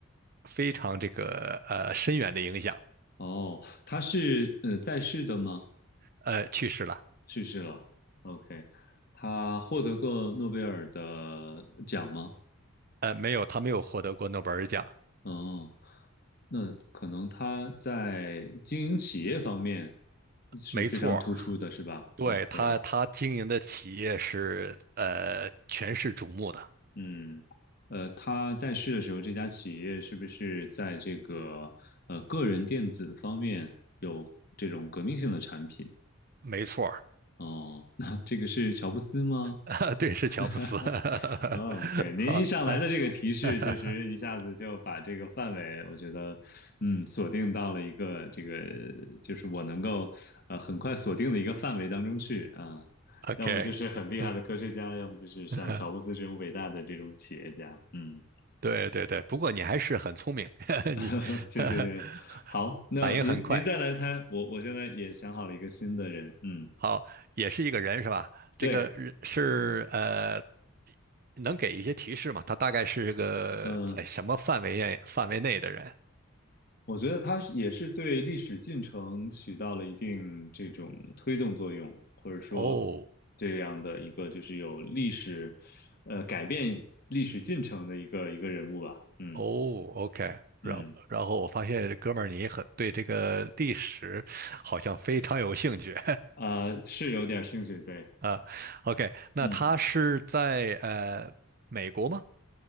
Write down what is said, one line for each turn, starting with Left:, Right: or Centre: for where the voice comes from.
Right: 非常这个呃深远的影响。
Left: 哦，他是呃在世的吗？
Right: 呃，去世了。
Left: 去世了，OK，他获得过诺贝尔的奖吗？
Right: 呃，没有，他没有获得过诺贝尔奖。
Left: 哦，那可能他在经营企业方面是非常突出的，
Right: 没错儿
Left: 是吧？OK，
Right: 对，他，他经营的企业是呃全市瞩目的。
Left: 嗯，呃，他在世的时候，这家企业是不是在这个呃个人电子方面有这种革命性的产品？
Right: 没错
Left: 哦，那这个是乔布斯吗？
Right: 儿 <laughs> 对，是乔布斯。
Left: <laughs>
Right: <laughs>
Left: 啊，对，您一上来的这个提示，
Right: 好，<laughs>
Left: 确实一下子就把这个范围，我觉得，嗯，锁定到了一个这个，就是我能够呃很快锁定的一个范围当中去啊。
Right: OK，
Left: 要么就是很厉害的科学家，
Right: 嗯
Left: 要么就是像乔布斯这种伟大的这种企业家，
Right: 嗯
Left: 嗯。
Right: 对对对，不过你还是很聪明，<laughs>
Left: <laughs>
Right: 你
Left: 谢谢您。
Right: <laughs>
Left: 好，那您您再来猜，
Right: 反应很快。
Left: 我我现在也想好了一个新的人，嗯，
Right: 好，也是一个人是吧？
Left: 对，
Right: 这个人是呃，能给一些提示吗？他大概是个在什么范围内范围内的人？
Left: 嗯，我觉得他是也是对历史进程起到了一定这种推动作用，或者说
Right: 哦
Left: 这样的一个就是有历史，呃，改变历史进程的一个一个人物吧，嗯
Right: 哦，OK。
Left: 嗯，
Right: 然后然后我发现哥们儿你很对这个历史好像非常有兴趣，
Left: 啊，是有点兴趣，对，
Right: <laughs> 啊，OK，那他是在呃美国吗？
Left: 嗯，